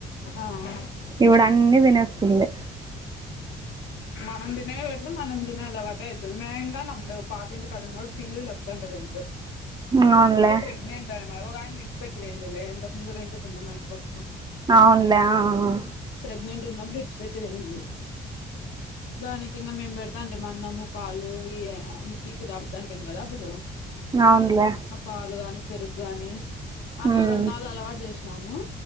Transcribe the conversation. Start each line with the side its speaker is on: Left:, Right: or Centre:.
Left: ఆ
Right: ఇవ్వడ అన్నీ దినేస్తుంది.
Left: మనం తినే పెట్ట మనం తినే అలవాటే అయితుంది. మేంగా అప్పుడు పాతింటి కడున్నడు పిల్లులు వస్తండ రెండు
Right: అవునులే
Left: ఒకటి ప్రెగ్నెంట్ ఆమె ఓ ఆయమ్మ విడిచి పెట్టి పోయిందిలే ఎంతకుముందు రెండు ఉన్నన్ మాటి పప్పు
Right: అవునులే ఆ ఆ
Left: ప్రెగ్నెంట్ ఉన్నాప్పుడు విడిచి పెట్టి పోయింది. దానికి ఇంగా మేం పెడతా అంటే మా అన్నము, పాళ్లు ఈ ఏ అ నిక్కీ కి దాదన్ టేం కదా అప్పుడు
Right: అవునులే
Left: ఆ పాలు గాని, పెరుగు గాని
Right: అవునులే
Left: అట్లా రెంనళ్లు అలవాటు చేస దాము